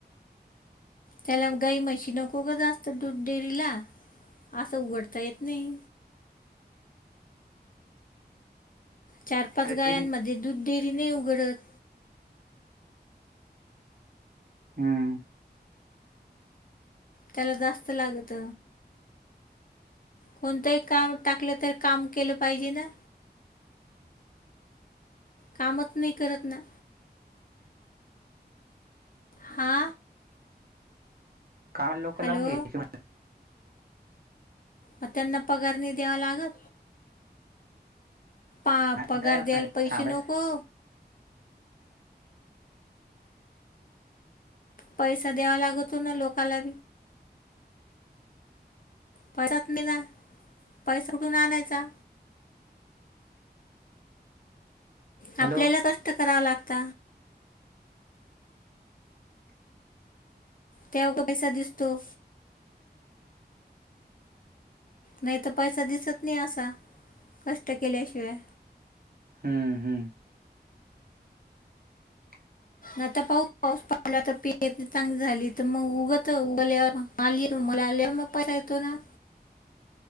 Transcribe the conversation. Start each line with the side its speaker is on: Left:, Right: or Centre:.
Left: त्याला गाई मशीनं खोकं असतं दूध डेरीला असं उघडता येत नाही. चार पाच
Right: तरी
Left: गायांमध्ये
Right: बी
Left: दूध डेरीने उघडत.
Right: हम्म.
Left: त्याला जास्त लागत कोणतंही काम. टाकलं तर काम केलं पाहिजे ना. कामच नाही करत ना. हा.
Right: काम लोक लावून
Left: हॅलो
Right: यायची.
Left: मग त्यांना पगारने द्यावा लागल? पा पगार
Right: आता
Left: द्याल
Right: काय
Left: पैसे
Right: थांबायचं
Left: नको. पैसा द्यावा लागत तो ना लोकांला. पैसच नाही ना पैसा उठून आणायचा. आपल्याला
Right: हॅलो
Left: कष्ट कराव लागत. तेव्हा का पैसा दिसतो. नाही तर पैसा दिसत नाही असा कष्ट केल्याशिवाय.
Right: हम्म हम्. <inaudible>
Left: आता पाऊस पाऊस पडला तर पी चांगली झाली तर मग उगत उगल्या. आली मला आलीवर मग पैसा येतो ना.